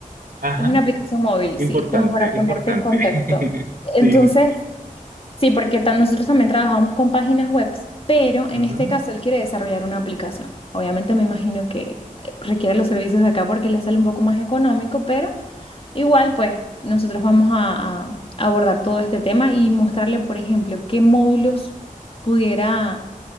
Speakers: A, on the right; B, on the left.
A: Ajá,
B: es una aplicación móvil,
A: importante,
B: sí, es como para ponerte
A: importante.
B: en contexto.
A: <laughs>
B: Entonces,
A: Sí.
B: Sí, porque tan- nosotros también trabajamos con páginas web, pero en
A: Ujú.
B: este caso él quiere desarrollar una aplicación. Obviamente me imagino que eh, requiere los servicios de acá porque le sale un poco más económico, pero igual pues nosotros vamos a, a abordar todo este tema y mostrarle, por ejemplo, qué módulos pudiera